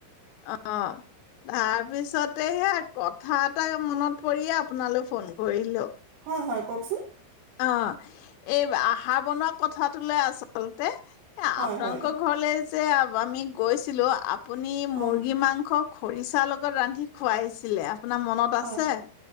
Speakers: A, on the left; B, on the right.
A: অ', তাৰ পিছতে হেয়া ক থা এটাই মনত পৰীয়ে আপোনালে ফোন কৰিলোঁ।
B: হয় হয় কওকচোন?
A: অ, এই আহাৰ বনোৱা কথাটো লৈ আঁচলতে। এই আপোনালোকৰ
B: হয় হয়
A: ঘৰলে যে তে আমি গৈছিলোঁ আপ আপুনি মুৰ্গী
B: অ
A: মাংস খৰিচা লগত ৰান্ধি খুৱাইছিলে। আপোনা মনত
B: হয়
A: আছে?